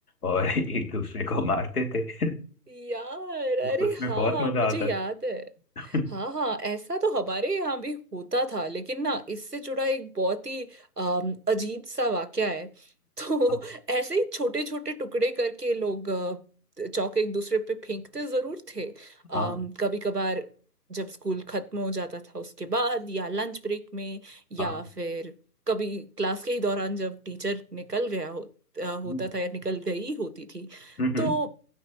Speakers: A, on the left (about 70°); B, on the right (about 85°).
A: और <laughs> एक दूसरे को मारते थे <laughs>
B: यार अरे
A: उसमें
B: हाँ
A: बहुत मजा
B: मुझे
A: आता
B: याद है
A: था
B: हाँ हाँ ऐसा तो हमारे यहाँ भी होता था लेकिन ना इससे जुड़ा एक बहुत ही अम, अजीब सा वाक्या है <laughs> तो
A: <laughs>
B: ऐसे ही छोटे छोटे टुकड़े करके लोग अ, चौके एक दूसरे पे फेंकते जरूर थे
A: हाँ
B: कभी कभार जब स्कूल खत्म हो जाता था उसके बाद या लंच ब्रेक में या
A: हाँ
B: फिर कभी क्लास के ही दौरान जब टीचर निकल गया हो, अ, होता
A: हम्म
B: था या निकल गई होती थी
A: हम्म
B: तो
A: हम्म,